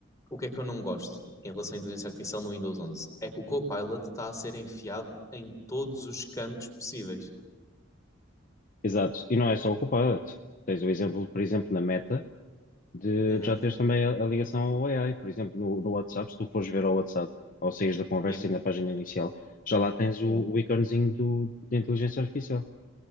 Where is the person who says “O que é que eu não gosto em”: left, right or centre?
Left